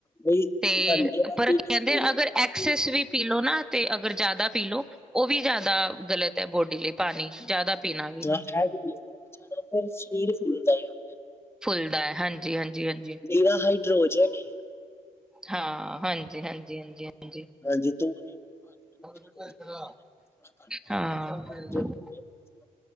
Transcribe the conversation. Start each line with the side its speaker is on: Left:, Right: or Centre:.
Left: ਬਈ
Centre: ਤੇ
Left: ਘੰਟੇ ਬਾਅਦ
Centre: ਪਰ
Left: ਪੀਣਾ
Centre: ਕੀ ਕੈਂਦੇ
Left: ਹੀ ਪੀਣਾ
Centre: ਅਗਰ
Left: ਹੈ। ਹਾਂਜੀ
Centre: ਐਕਸਸ ਵੀ ਪੀ ਲੋ ਨਾ ਤੇ ਅਗਰ ਜਾਦਾ ਪੀ ਲੋ। ਓ ਵੀ ਜਾਦਾ ਗਲਤ ਐ ਬੋਡੀ ਲਈ ਪਾਨੀ ਜਾਦਾ ਪੀਨਾ ਵੀ।
Left: <unintelligible> ਓ ਜਾਦਾ ਫਿਰ ਸਰੀਰ ਫੁੱਲਦਾ ਐ।
Centre: ਫੁੱਲਦਾ ਐ, ਹਾਂਜੀ, ਹਾਂਜੀ, ਹਾਂਜੀ।
Left: ਏਦਾ ਹਾਈਡੋਜਨ ਈ ਏ।
Centre: ਹਾਂ ਹਾਂਜੀ, ਹਾਂਜੀ, ਹਾਂਜੀ। ਹਾਂਜੀ
Left: ਹਾਂਜੀ <unintelligible>
Centre: ਹਾਂ।
Left: ਹਮੇਸ਼ਾ ਰੋਜ਼ ਪੀਣਾ ਚਾਹੀਦਾ ਥੋੜਾ ਘੱਟ ਪੀਤਾ ਨਾ ਪੰਜ ਹੋ ਗਏ ਕਮ ਸੇ ਕਮ।